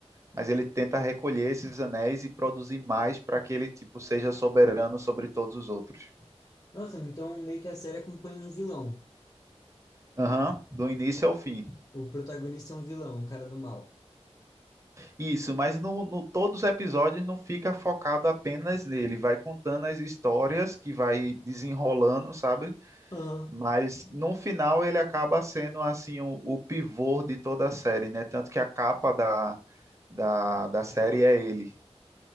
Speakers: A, on the right (about 25°); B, on the left (about 35°).
A: mas ele tenta recolher esses anéis e produzir mais para que ele tipo seja soberano sobre todos os outros.
B: Nossa, então meio que a série acompanha um vilão.
A: Aham, do início ao fim.
B: O protagonista é um vilão, o cara do mal.
A: Isso, mas no, no- todos os episódios não fica focado apenas nele, vai contando as histórias que vai desenrolando, sabe?
B: Aham.
A: Mas no final ele acaba sendo assim o, o pivô de toda a série, né? Tanto que a capa da, da, da série é ele.